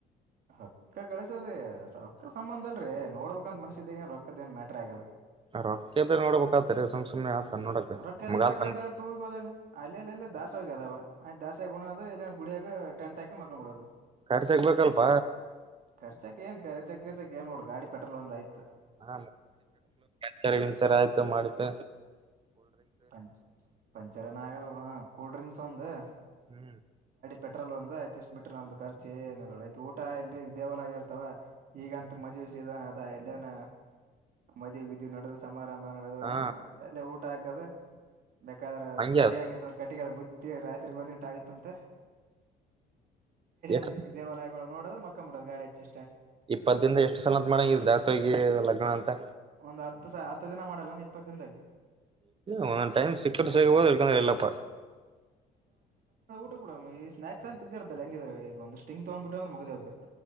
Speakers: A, on the right; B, on the right.
A: ರೊಕ್ಕ ಕಳಸದ ಸ ರೊಕ್ಕ ಸಂಬಂಧ ಅಲ್ರೀ ನೋಡ್ಬೇಕಂತ ಮನ್ಸ ಏನ್ ರೊಕ್ಕದ ಏನ್ ಮ್ಯಾಟ್ರ ಆಗಲ್ಲ
B: ರೊಕ್ಕದ ನೋಡ್ಬೇಕಾತರಿ ಸುಮ್ ಸುಮ್ನೆ ಆತನ್ ನೋಡಕ
A: ರೊಕೆದಕ್
B: ಮುಗಾಲ್
A: ಬೇಕತರ
B: ತನ್
A: ಟೂರ್ಗೆ ಹೋದಾಗ ಅಲ್ಲಿ ಅಲ್ಲಲ್ಲ ದಾಸಸ್ ಹೋಗ ಅದಾವ ಆಯ್ ದಾಸ ಉುಣೋ ಇಲ್ಲ ಗುಡಿಯಾಗ ಟೆಂಟ್ ಹಾಕಿ ಮಕ್ಕಡೋದು
B: ಖರ್ಚಾಗ್ಬೇಕಲ್ಪ
A: ರ್ಚಕ್ಕೆ ಏ್ ರ್ಚ ಖರ್ಚಕ್ ಏ್ ನೋಡು ಗಾಡಿ ಪೆಟ್ರೋಲ್ ಒಂದು ಆಯ್ತ
B: ಹ ಪಂಚರ್ಂಚರ್ ಆಯ್ತು ಮಾಡಿದ್ದ
A: ಪಂ ಪಂಚರನ ಆಗಲ್ಲ ಹಡ ಕೂಲ್ ಡ್ರಿಂಕ್ಸ್ ಒಂದು
B: ಹ್ಮ್
A: ಪೆ್ರೋ ಒಂದುಯ್ತಷ್ಟ ಬಿ್ರ ನ್ದ ಖರ್ಚ ಏ ಊಟ ಎಲ್ಲಿ ದೇವಾಲಯ ಇರ್ತವ ಈಗಂತ ಮಜುವಿಸಿದ ಅದ ಎಲ್ಲನ ಮದೆ ಇದು ನಡೆದ ಸಮಾರಂಭ ಅ
B: ಹಾ
A: ಊಟ ಹಾಕದು ಬೇಕಾದ್ರೆ
B: ಹಂಗೆ
A: ಕಟ್ಟಿಂಗಿ
B: ಅದ
A: ಕಟ್ಟಿಗೆ ಬುತ್ತಿ ರಾತ್ರಿಗ ಒಂದ್ಟ ಆಗುತ್ತಂತ
B: ಎಷ್ಟ್
A: ನ್ ದೇವಾಲಯಗಳು ಮಕ್ಕಮ್ ಬುಡದ ಗಾಡೆಚಿ
B: ಇಪ್ಪತ್ತ ದಿಂದ ಎಷ್ಟು ಸಲ ಅಂತ ಮಾಡಂಗ ದಾಸಿಗೆ ಲಗ್ನ ಅಂತ
A: ಒಂದ್ ಹತ್ತು ಹತ್ತು ದಿನ ಮಾಡಲ್ಲಾನ ಇಪ್ಪತ್ತ ದಿನದಾಗ
B: ಒಂದೊಂದು ಟೈಮ ಸಿಕ್ಕರ್ ಸಿಗಬೋದು ಇರ್ಲಿಕಂದ್ರ ಇಲ್ಲಪ್ಪ.
A: ಬಿಟ್ಟಬಿಡಮ ಸ್ನಾಕ್ಸ್ ಅಂತ ಇದ್ದೆ ಇರ್ತಲ್ಲ. ಹೆಂಗಇದ್ರು ಈಗ ಒಂದು ಸ್ಟಿಂಗ್ ತಗ್ಂಡ ಬಿಟ್ಟುಂದ್ರ ಮುಗದ ಹೋತ.